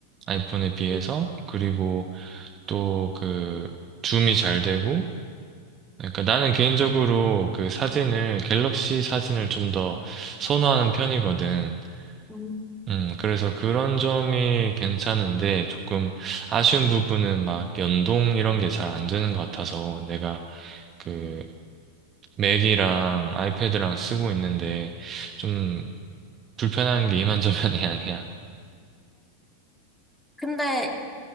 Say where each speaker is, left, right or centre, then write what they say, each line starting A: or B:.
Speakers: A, on the right; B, in the centre.
A: 아이폰에 비해서.
B: 음.
A: 그리고 또 그, 줌이 잘 되고, 그러니까 나는 개인적으로 그 사진을, 갤럭시 사진을 좀 더 선호하는 편이거든.
B: 음.
A: 음, 그래서 그런 점이 괜찮은데, 조금 아쉬운 부분은 막 연동 이런 게 잘 안 되는 것 같아서, 내가 그, 맥이랑 아이패드랑 쓰고 있는데 좀 불편한 게 이만저만이 <laughs> 아니야.
B: 근데